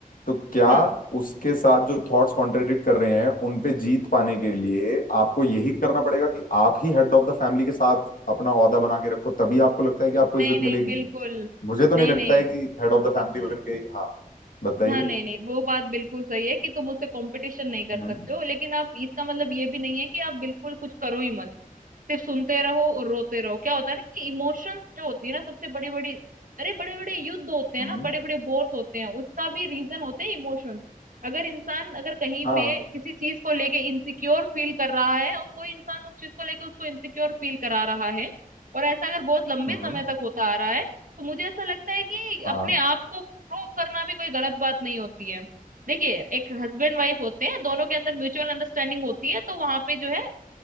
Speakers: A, on the left; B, on the right.
A: तो क्या
B: हाँ
A: उसके साथ जो थॉट्स कॉन्ट्रडिक्ट कर रहे हैं उन पे जीत पाने के लिए आपको यही करना पड़ेगा कि आप ही हेड ऑफ द फैमिली के साथ अपना ओहदा बना के रखो तभी आपको लगता है कि आपको
B: नहीं
A: इज्जत
B: नहीं
A: मिलेगी
B: बिल्कुल
A: मुझे तो
B: नहीं
A: नहीं लगता
B: नहीं
A: है कि हेड ऑफ द फैमिली बन के हाँ बताइए
B: हाँ नहीं नहीं वो बात बिल्कुल सही है कि तुम उससे कंपटीशन नहीं कर
A: हम्म
B: सकते हो लेकिन आप इसका मतलब ये भी नहीं है कि आप बिल्कुल कुछ करो ही मत सिर्फ सुनते रहो और रोते रहो क्या होता है ना कि इमोशंस जो होती है ना सबसे बड़ी बड़ी अरे बड़े बड़े युद्ध होते हैं
A: हम्म
B: ना बड़े बड़े वॉर्स होते हैं उसका भी रीजन होते हैं इमोशंस अगर इंसान अगर कहीं
A: हाँ
B: पे किसी चीज को लेके इनसिक्योर फील कर रहा है और कोई इंसान उस चीज को लेके उसको इनसिक्योर फील करा रहा है और ऐसा अगर बहुत लंबे
A: हम्म
B: समय तक होता आ रहा है तो मुझे ऐसा लगता है कि
A: हाँ
B: अपने आप को प्रूव करना भी कोई गलत बात नहीं होती है देखिए एक हस्बैंड वाइफ होते हैं दोनों के अंदर म्यूचुअल अंडरस्टैंडिंग होती है तो वहां पे जो है